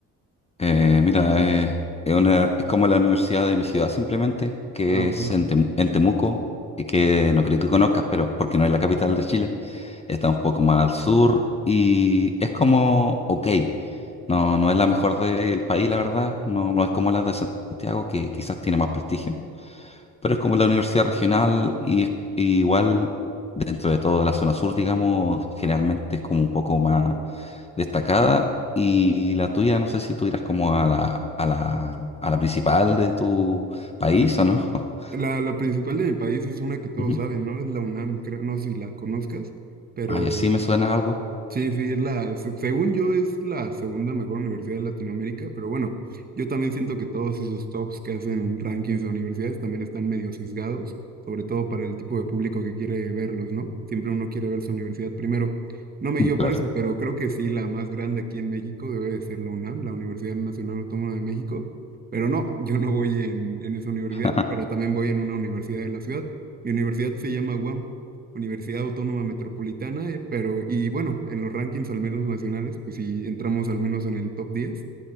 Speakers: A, on the left (about 20°); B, on the right (about 25°).
A: Eh, mira, eh, es, una- es como la universidad de mi ciudad, simplemente, que
B: Ah, ok.
A: es en, Temu- en Temuco, y que no creo que conozcas, pero porque no es la capital de Chile, está un poco más al sur y es como, ok, no, no es la mejor del país, la verdad, no, no es como la de Santiago, que quizás tiene más prestigio, pero es como la universidad regional y, es- y igual dentro de toda la zona sur, digamos, generalmente es como un poco más destacada y la tuya, no sé si tú irás como a la, a la, a la principal de tu país o no. <laughs>
B: La, la principal de mi país es una que todos
A: Ujú.
B: saben, ¿no? Es la UNAM, creo, no sé si la conozcas, pero
A: Ay, así me suena algo.
B: Sí, sí, es la, se- según yo es la segunda mejor universidad de Latinoamérica, pero bueno, yo también siento que todos esos tops que hacen rankings de universidades también están medio sesgados, sobre todo para el tipo de público que quiere verlos, ¿no? Siempre uno quiere ver su universidad primero. No me
A: Mm,
B: guío
A: Claro.
B: por eso, pero creo que sí, la más grande aquí en México debe de ser la UNAM, la Universidad Nacional Autónoma de México, pero no, yo no voy en, en esa universidad,
A: <laughs>
B: pero también voy en una universidad de la ciudad. Mi universidad se llama UAM. Universidad Autónoma Metropolitana, eh, pero y bueno, en los rankings al menos nacionales, pues sí entramos al menos en el top 10